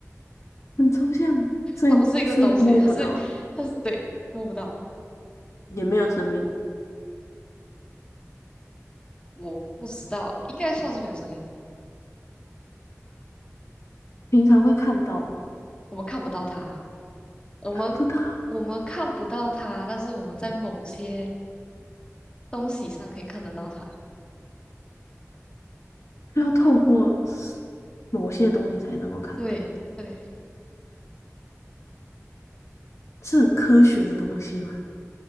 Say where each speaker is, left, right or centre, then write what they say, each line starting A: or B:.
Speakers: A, on the left; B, on the left.
A: 很抽象，所以是摸不到，
B: 它不是一个东西，它是它是对，摸不到。
A: 也没有生命，
B: 我不知道，应该算是没有声音，
A: 平常会看到吗？
B: 我们看不到它，我们我们看不到它，
A: 看不到。
B: 但是我们在某些东西上可以看得到它。
A: 是要透过某些东西才能够看到，
B: 对对，
A: 是很科学的东西嘛？